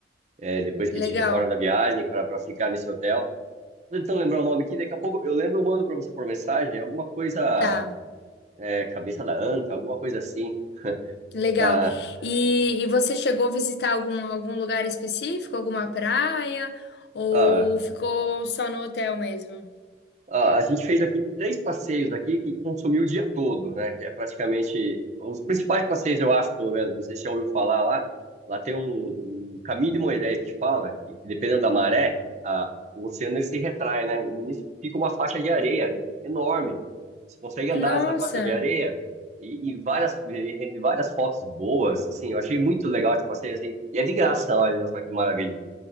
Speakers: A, on the right (about 40°); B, on the left (about 65°).
A: É, depois que
B: Legal.
A: a gente retorna da viagem para para ficar nesse hotel. Tô tentando lembrar o nome aqui, daqui a pouco eu lembro, eu mando para você por mensagem, alguma coisa,
B: Tá.
A: é, cabeça da anta, alguma coisa assim.
B: Legal.
A: Ah,
B: E, e você chegou a visitar algum, algum lugar específico, alguma praia, ou
A: ah,
B: ficou só no hotel mesmo?
A: Ah, a gente fez aqui três passeios aqui que consumiu o dia todo, né? Que é praticamente os principais passeios, eu acho, pelo menos. Não sei se já ouviu falar lá. Lá tem um, um caminho de Moisés que fala que, que dependendo da maré, a, o oceano ele se retrai, né? E nisso fica uma faixa de areia enorme. Você consegue andar
B: Nossa,
A: nessa faixa de areia e, e várias e rende várias fotos boas, assim. Eu achei muito legal esse passeio, assim. E é de graça, olha só que maravilha